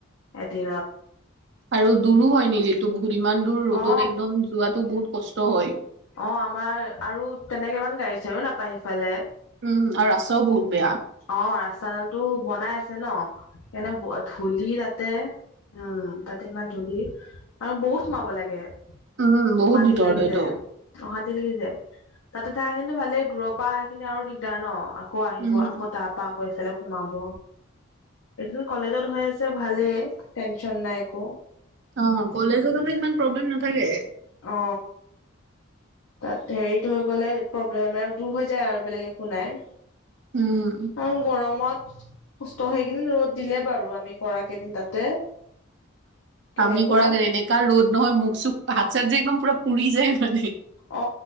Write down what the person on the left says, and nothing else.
এদিনত।
অ
অ আমাৰ আৰু তেনেকে ইমান গাড়ী চাডাৰীও নাপায় সিফালে-
অ ৰাস্তাডালটো বনাই আছে। ন সেইকাৰণে ধূলি তাতে- উম তাতে ইমান ধূলি আৰু বহুত সোমাব লাগে।
অশান্তি
লাগি
যায়। আৰু অশান্তি লাগি যায় তাতে থা কিন্তু ভালেই দূৰৰ পৰা আহা খিনি আৰু দিগদাৰ ন আকৌ আহিব।
তাৰাপা‌ আকৌ এইফালে সোমাব। এই কলেজত হৈ আছে ভালেই টেনচন নাই একো।
অ তাত হেৰি থৈ গলে প্ৰব্লেম দূৰ হৈ যায়। আৰু বেলেগ একো নাই
আৰু গৰমত কষ্ট সেইকেইদিন ৰ'দ দিলে বাৰু আমি কৰা কেইদিন তাতে- কেনেকুৱা
অ